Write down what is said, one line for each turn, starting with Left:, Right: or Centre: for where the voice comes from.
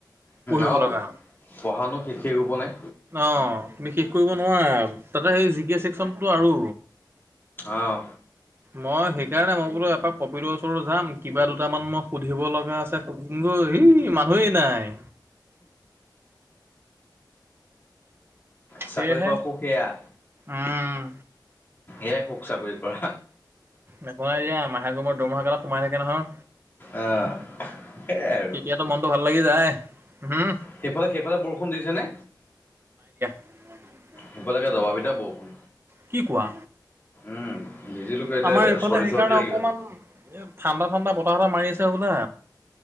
Right: পঢ়িব
Left: আৰু
Right: লগা,
Left: তো পঢ়ানো শেষেই হ'ব নাই
Right: অহ তুমি শে ষ কৰিব নোৱাৰা তাতে সেই জি কে ছেকচনটো আৰু।
Left: অহ।
Right: মই সেইকাৰণে মই বোলো এপাক কপিলৰ ওচৰলৈ যাম। কিবা দুটামান মই সুধিব লগা আছে সুধিমগৈ এই মানুহেই নাই।
Left: চাকৰি
Right: সেয়েহে
Left: কৰা সুখ এয়া।
Right: উম
Left: এয়াই সুখ চাকৰি কৰা।
Right: নেপাই দিয়া মাহেকৰ মূৰত দৰমহা কেলা সোমাই থাকে নহয়।
Left: আহ। সেইয়াই আৰু
Right: তেতিয়াতো মনটো ভাল লাগি যায়। উম
Left: সেইফালে সেইফালে বৰষুণ দিছেনে?
Right: <inaudible>
Left: এইফালে একে দবা পিটা বৰষুণ।
Right: কি কোৱা
Left: উম ভিজিলো এতিয়া
Right: আমাৰ এইফালে
Left: চৰ্দি
Right: সেইকাৰণে
Left: চৰ্দি লাগি
Right: অকমান
Left: আছে
Right: এ ঠাণ্ডা ঠাণ্ডা বতাহ এটা মাৰি আছে হ'বলা।